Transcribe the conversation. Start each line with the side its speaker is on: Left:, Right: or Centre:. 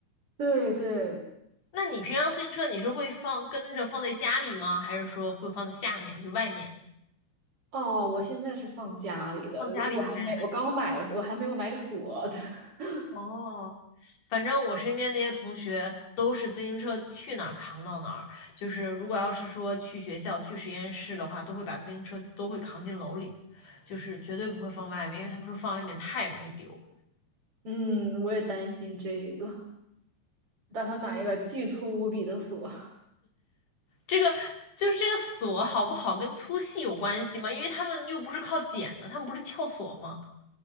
Right: 对对，
Left: 那你平常自行车你是会放跟着放在家里吗？还是说会放在下面，就外面？
Right: 哦，我现在是放家里的，
Left: 放家里应该安全。
Right: 因为我还没，我刚买，了，我还没有买锁的。<laughs>
Left: 哦，反正我身边那些同学都是自行车去哪儿扛到哪儿，就是如果要是说去学校、去实验室的话，都会把自行车都会扛进楼里，就是绝对不会放外面，因为他们说放外面太容易丢。
Right: 嗯，我也担心这个，打算买一个巨粗无比的锁。
Left: 这个就是这个锁好不好跟粗细有关系吗？因为他们又不是靠剪的，他们不是撬锁吗？